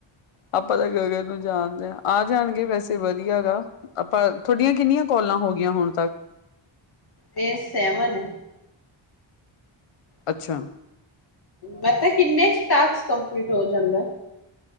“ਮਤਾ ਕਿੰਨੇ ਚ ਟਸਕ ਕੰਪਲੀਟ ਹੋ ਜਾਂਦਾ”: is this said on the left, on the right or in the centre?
Left